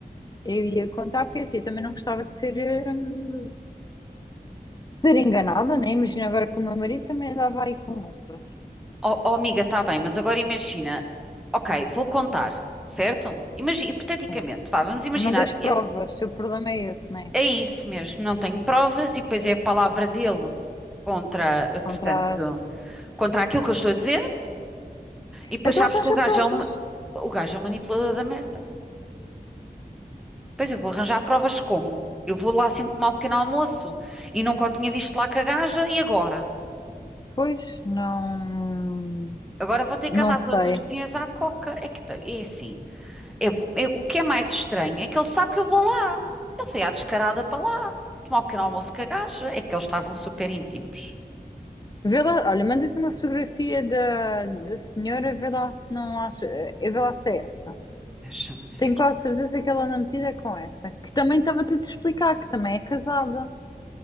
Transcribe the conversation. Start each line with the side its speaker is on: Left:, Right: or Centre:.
Left: Eu ia contar porque assim, eu também não gostava de ser, hum, ser enganada, né? Imagina agora que o meu marido também andava aí com outras.
Centre: Oh, oh, amiga, está bem, mas agora imagina. Ok, vou contar, certo? Imagina, hipoteticamente,
Left: Sim.
Centre: vá, vamos imaginar.
Left: Mas não tens provas,
Centre: eu-
Left: o teu problema é esse, né?
Centre: é isso mesmo, não tenho provas e depois é a palavra dele contra, eh,
Left: Contra...
Centre: portanto, contra aquilo que eu estou a dizer. E depois
Left: Então
Centre: sabes
Left: arranja
Centre: que o gajo
Left: provas.
Centre: é um, ma- o gajo é um manipulador da merda. Pois eu vou arranjar provas como? Eu vou lá sempre tomar um pequeno almoço e nunca o tinha visto lá com a gaja e agora?
Left: Pois, não...
Centre: Agora vou ter
Left: Não
Centre: que andar
Left: sei.
Centre: todos os dias à coca. É que tá- é assim. Eu- eu- o que é mais estranho é que ele sabe que eu vou lá. Ele foi à descarada para lá, tomar um pequeno almoço com a gaja. É que eles estavam super íntimos.
Left: Vê lá, olha, manda-te uma fotografia da, da senhora, vê lá se não acha... eh, Vê lá se é essa.
Centre: Deixa-me
Left: Tenho
Centre: ver.
Left: quase certeza que ela anda metida é com essa. Que também estava-te a te explicar, que também é casada.